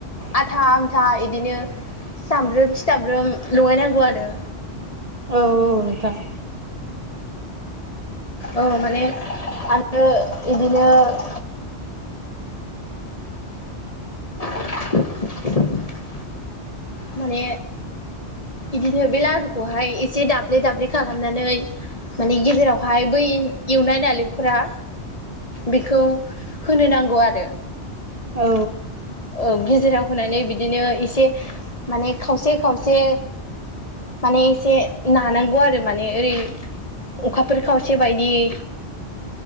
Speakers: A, on the left (about 35°); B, on the right (about 35°).
A: आथा आमथा बिदिनो सिथामब्रोम सिथाबब्रोम लगायनांगौ आरो
B: औ औ नोंथां
A: औ माने आरो बिदिनो <unintelligible> <unintelligible> माने बिदिनो बे लारुखौहाय एसे दाब्ले-दाब्ले खालामनानै मानिे गेजेरावहाय बै एवनाय नालेंखरा बेखौ होनो नांगौ आरो
B: औ औ
A: औ गेजेराव होनानै बिदिनो एसे माने खावसे खावसे माने एसे नानांगौ आरो माने ओरै अखाफोर खावसे बायदियै